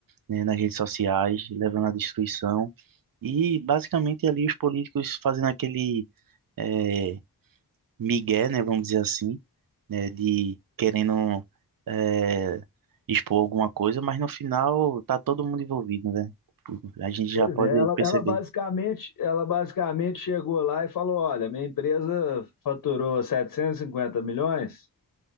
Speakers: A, on the right; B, on the left.
A: né, nas redes sociais, levando à destruição. E basicamente ali os políticos fazendo aquele eh, migué, né, vamos dizer assim, né, de querendo eh, expor alguma coisa, mas no final tá todo mundo envolvido, né? A gente
B: Pois
A: já pode
B: é, ela,
A: perceber.
B: ela basicamente, ela basicamente chegou lá e falou: olha, minha empresa faturou 750 milhões